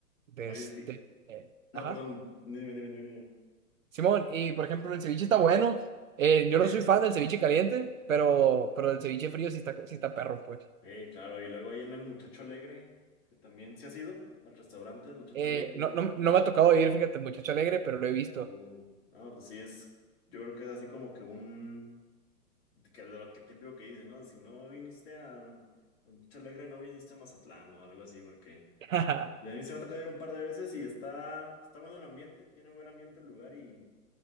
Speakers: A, on the right; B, on the left.
A: De
B: Oye,
A: este,
B: fi-
A: eh,
B: no,
A: ajá.
B: perdón, dime, dime, dime.
A: Simón, y por ejemplo, el ceviche está bueno. Eh, yo no
B: dime.
A: soy fan
B: <laughs>
A: del ceviche caliente, pero, pero el ceviche frío sí está, sí está perro, pues.
B: Sí, claro, y luego ahí en el Muchacho Alegre, que también se ha sido al restaurante El Muchacho
A: Eh,
B: Alegre allá
A: no,
B: en Mazatlán.
A: no, no me ha tocado ir, fíjate, el muchacho alegre, pero lo he visto.
B: Uh, no, pues sí es, yo creo que es así como que un, que lo que típico que dice, ¿no? Si no viniste a, a Muchacho Alegre, no viniste a Mazatlán o algo así, porque
A: <laughs> Ajá.
B: ya a mí se me ha tocado ir un par de veces y está, está bueno el ambiente, tiene buen ambiente el lugar y,